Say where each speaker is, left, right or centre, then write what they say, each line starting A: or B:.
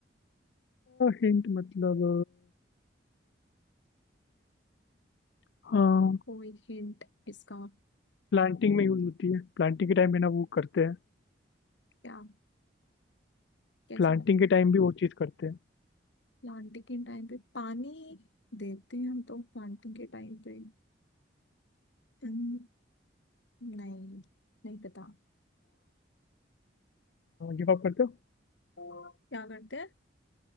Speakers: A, on the left; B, on the left.
A: हिंट मतलब अ, हाँ
B: कोई हिंट इसका
A: प्लांटिंग में यूज होती है प्लांटिंग के टाइम में ना वो करते हैं
B: क्या कैसे
A: प्लांटिंग
B: लगता
A: के
B: है?
A: टाइम भी वो चीज़ करते हैं
B: प्लांटिंग के टाइम पे पानी देते हैं हम तो प्लांटिंग के टाइम पे अम्म, नहीं नहीं पता
A: गिव अप करते हो
B: क्या करते हैं